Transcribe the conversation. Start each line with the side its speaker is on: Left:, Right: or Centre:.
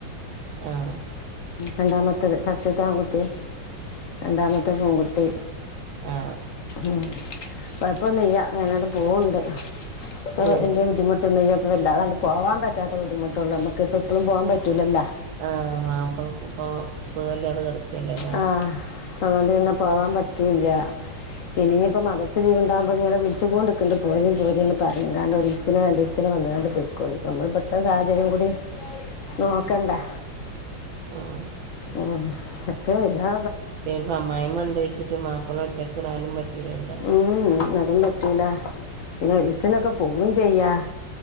Right: ആഹ്
Left: രണ്ടാമത്തേത് ഫസ്റ്റ്ത്തെ ആൺകുട്ടി രണ്ടാമത്തെ പെൺകുട്ടി
Right: ആ
Left: ഉം കുഴപ്പമൊന്നുമില്ല അങ്ങനെ അങ്ങോട്ട് പോവണ്ട് ക്
Right: ഏ.
Left: എന്റെ ബുദ്ധിമുട്ടൊന്ന <unintelligible> വല്ലാതണ്ട് പോവാൻ പറ്റാത്ത ബുദ്ധിമുട്ടൊള്ളൂ നമുക്കിപ്പോ എപ്പളും പോകാൻ പറ്റില്ലല്ലോ
Right: ആഹ് മാപ്പളക്ക് ഇപ്പോം സുഖവില്ലാതെ കേടാകാ ഇല്ലല്ലേ
Left: ആ അതുകൊണ്ട് തന്നെ പോവാൻ പറ്റൂല്ല ഇനിന്നിപ്പോ മദർസ ലീവ് ഉണ്ടാവുമ്പോ ഇങ്ങനെ വിളിച്ചുകോണ്ടിക്കണ്ട് പോരേം പോരേംന്ന് പറയും കാരണം ഒരിസത്തിനൊ രണ്ടിസത്തിനോ വന്ന് കണ്ട് പൊയ്ക്കോളി നമ്മൾ ഇപ്പ ഇവിടത്തെ സാഹചര്യം കൂടി നോക്കണ്ടെ
Right: ആഹ്
Left: ആഹ് പറ്റവും ഇല്ലാ
Right: ഇനി ഇപ്പം അമ്മായിമ്മ ഉണ്ടെ വെച്ചിട്ട് മാപ്പിള ഒറ്റ ടാനും പറ്റ് റ്റുല്ലല്ലോ
Left: ഉം, അതും പറ്റൂല പിന്നെ ഒരിസത്തിനൊക്കെ പോവും ചെയ്യാ